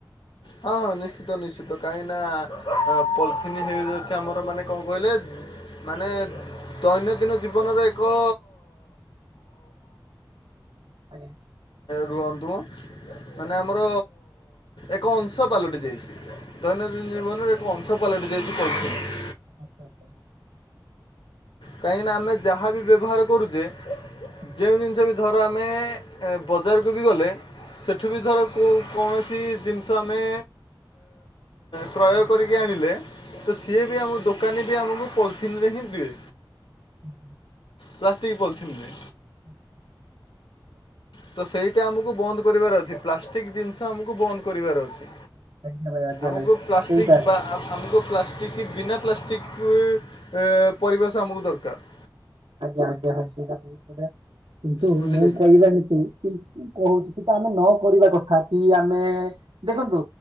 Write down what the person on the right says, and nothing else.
<inaudible>
ଆଜ୍ଞା।
ଆଚ୍ଛା ଆଚ୍ଛା।
ଆଚ୍ଛା
ହୁ।
ଆଚ୍ଛା।
ଆଜ୍ଞା ଭାଇ ଆଜ୍ଞା
ଭାଇ।
ସେଇଟା
ଆଜ୍ଞା ଆଜ୍ଞା, ହଁ ସେଇଟା ବହୁତ ବଢଆ କିନ୍ତୁ
ମୁଁ
କହିବା ହେତୁ କି। କହୁଛି କି, ତ ଆମେ ନ କରିବା କଥା କି ଆମେ, ଦେଖନ୍ତୁ